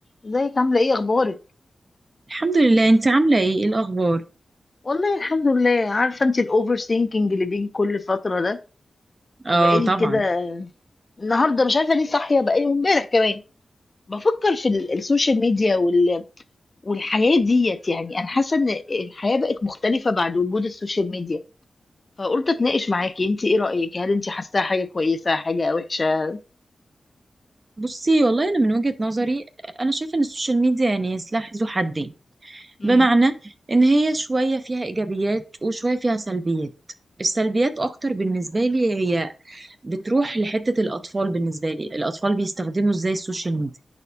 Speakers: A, on the left (about 30°); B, on the right (about 30°).
A: ازيك عامله ايه اخبارك
B: الحمد لله انت عامله ايه ايه الاخبار
A: والله الحمد لله عارفه انت الاوفر ثينكينج اللي بيجي كل فتره ده
B: اه
A: فبقالي
B: طبعا
A: كده النهارده مش عارفه ليه صاحيه بقالي امبارح كمان بفكر في ال- السوشيال ميديا وال... والحياه ديت يعني انا حاسه ان الحياه بقت مختلفه بعد وجود السوشيال ميديا فقلت اتناقش معاكي انت ايه رايك هل انت حاساها حاجه كويسه حاجه وحشه
B: بصي والله انا من وجهة نظري انا شايفه ان السوشيال ميديا يعني سلاح ذو حدين
A: امم
B: بمعنى ان هي شويه فيها ايجابيات وشويه فيها سلبيات السلبيات اكتر بالنسبه لي هي بتروح لحته الاطفال بالنسبه لي الاطفال بيستخدموا ازاي السوشيال ميديا